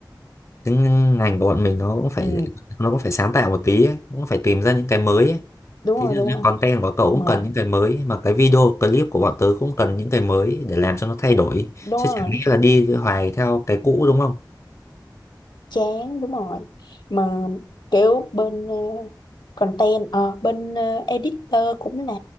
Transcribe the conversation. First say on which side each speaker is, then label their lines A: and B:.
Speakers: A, on the left; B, on the left.
A: cái ngành của bọn mình nó cũng phải
B: ừ,
A: nó cũng phải sáng tạo một tí ấy. cũng phải tìm ra những cái mới ấy.
B: đúng
A: thế
B: rồi
A: thì
B: đúng
A: cái
B: rồi
A: content của cậu
B: mệt
A: cũng cần những cái mới mà cái video clip của bọn tớ cũng cần những cái mới để làm cho nó thay đổi
B: đúng
A: chứ
B: rồi
A: chẳng nghĩa là đi hoài theo cái cũ đúng không
B: chán đúng rồi mà kiểu bên ờ, content ờ, bên ờ, editor cũng là